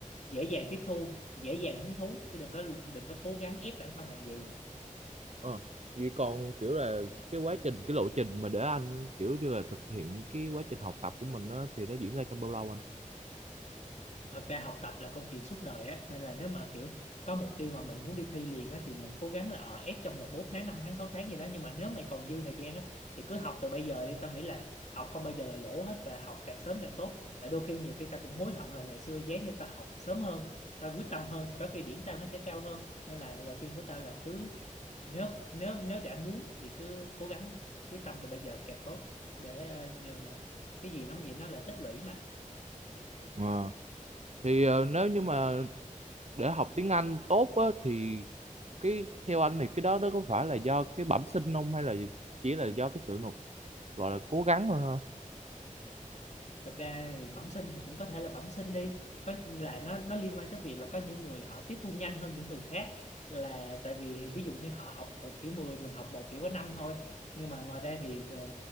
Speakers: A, on the left; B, on the right.
A: dễ dàng tiếp thu dễ dàng hứng thú chứ đừng có đừng có cố gắng ép bản thân làm gì
B: ờ vậy còn kiểu là cái quá trình cái lộ trình mà để anh kiểu như là thực hiện cái quá trình học tập của mình đó thì nó diễn ra trong bao lâu anh
A: thật ra học tập là câu chuyện suốt đời á nên là nếu mà kiểu có mục tiêu mà mình muốn đi thi liền á thì mình cố gắng là ở ép trong vòng bốn tháng năm tháng sáu tháng gì đó nhưng mà nếu mày còn dư thời gian á thì cứ học từ bây giờ đi tao nghĩ là học không bao giờ là lỗ hết và học càng sớm càng tốt tại đôi khi nhiều khi ta cũng hối hận là ngày xưa giá như ta học sớm hơn ta quyết tâm hơn thì có khi điểm tao nó sẽ cao hơn nên là lời khuyên của tao là cứ nếu nếu nếu đã muốn thì cứ cố gắng quyết tâm từ bây giờ càng tốt để ờ, đừng ờ, cái gì nó cũng vậy nó là tích lũy mà
B: Ờ. thì ờ, nếu như mà để học tiếng Anh tốt á thì cái theo anh thì cái đó nó có phải là do cái bẩm sinh không hay là chỉ là do cái sự nỗ gọi là cố gắng thôi ha
A: thật ra thì bẩm sinh thì cũng có thể là bẩm sinh đi có là nó nó liên quan tới việc là có những người họ tiếp thu nhanh hơn những người khác là tại vì ví dụ như họ học một hiểu 10, mình học một hiểu có năm thôi nhưng mà ngoài ra thì ờ,